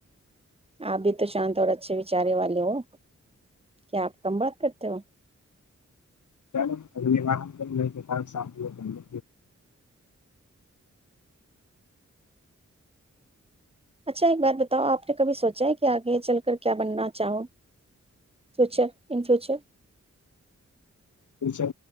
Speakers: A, on the right (about 20°); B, on the left (about 75°).
A: آپ بھی تو شانت اور اچھے وچارے والے ہو کیا آپ کم بات کرتے ہو
B: چلو ا کر ل سپ <unintelligible>
A: اچھا ایک بات بتاؤ آپ نے کبھی سوچا ہے کہ آگے چل کر کیا بننا چاہوں فیوچر ان فیوچر
B: فچر